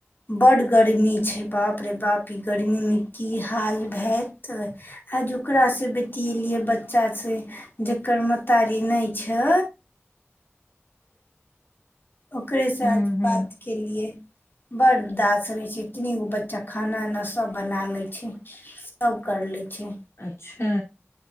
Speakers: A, on the left (about 50°); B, on the left (about 75°).
A: बड गर्मी छैे बाप रे बाप ई गर्मीमे की हाल हत आज ओकास से बतिियएलियै बच्चा से जकर महतारी नहि छै। ओकरे साथ
B: हूँ हूँ
A: बात केलिए। बड़ उदास रहे छै एतनी गो बच्चा खाना उना सब बना ले छै सब कर ले छै।
B: अच्छा।